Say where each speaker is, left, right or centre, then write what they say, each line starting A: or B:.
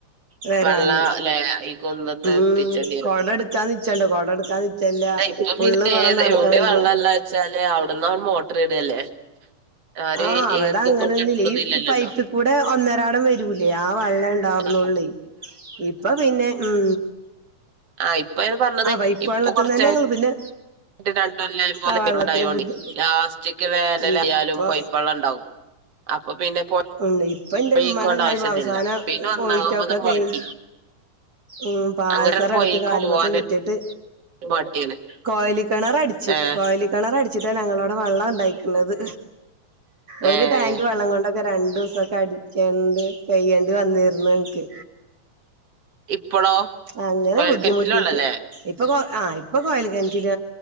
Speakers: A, on the right; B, on the right.
A: വരാന്
B: വെള്ളം ല്ലേ ഈ കുന്നത്ത്
A: ഉം
B: എത്തിച്ചേണ്ടി വരും.
A: കൊട എടുക്കാൻ നിച്ചണ്ടോ കൊട എടുക്കാൻ നിച്ചല്ല
B: ഇപ്പം
A: ഫുള്ള്
B: പിന്നെ
A: കൊടം
B: ഏത്
A: നറക്കാൻ
B: എവിടെ
A: വയ്യ
B: വെള്ളള്ളെ വെച്ചാല് അവിടന്ന് അൺ മോട്ടർ ഇടല്ലേ ആര്
A: ആഹ് അവിടെ
B: ഏറ്റ
A: അങ്ങനെ
B: കൊണ്ടെടുക്കണന്നില്ലല്ലോ
A: ഒന്നുല്ല ഈ ഈ പൈപ്പിൽ കൂടെ ഒന്നരാടം വരൂലേ ആ വെള്ളം ണ്ടാർന്നൊള്ളേ
B: ആ
A: ഇപ്പൊ പിന്നെ ഉം
B: ആഹ് ഇപ്പയ്ന് പറഞ്ഞത്
A: ആ പൈപ്പ്
B: ഇപ്പൊ
A: വെള്ളത്തിൽ
B: കൊറച്ചായി
A: തന്നെ ഞങ്ങള് പിന്നെ
B: രണ്ടല്ലം
A: ആ വെള്ളത്തിന്
B: <unintelligible>
A: ബുദ്ധി
B: ലാസ്റ്റിക് വേനലായാലും
A: ഇപ്പൊ
B: പയ്പ്പള്ളം ഇണ്ടാവും അപ്പോ പിന്നെ
A: ഉണ്ട് ഇപ്പൊ എന്റെ
B: പോയിക്കൊണ്ട്
A: ഉമ്മാടെ കാ
B: ആവശ്യമൊന്നുമില്ല
A: <unintelligible> അവസാനം
B: പിന്നെ ഒന്നാമത്
A: പോയിട്ടൊക്കെ കഴിഞ്ഞ്
B: മടി
A: ഉം പാദസരടുത്ത്
B: അങ്ങനെയാണ് പോയി
A: കാലുമ്മത്തെ
B: പോവാനൊരു
A: വിറ്റ് ട്ട്
B: മടിയാണ്
A: കൊഴലിക്കിണറടിച്ചു
B: ഏ
A: കൊഴലിക്കിണർട ടിച്ചിട്ടാണ് ഞങ്ങളവിടെ വെള്ളം ഉണ്ടായിക്കണത് ഒരു
B: ഏ
A: ടാങ്ക് വെള്ളം കൊണ്ടൊ ക്കെ രണ്ടു ദിവസൊക്കെ അടിക്കണ്ട് കഴ്യേണ്ടി വന്നിരുന്നു ഞങ്ങക്ക്
B: ഇപ്പളോ
A: അങ്ങനെ
B: കൊഴൽക്കിണറ്റിലെ
A: ബുദ്ധിമുട്ടിട്ട്
B: വെള്ളല്ലേ
A: ഇപ്പൊ ആ ഇപ്പൊ കൊഴലി കിണറ്റില്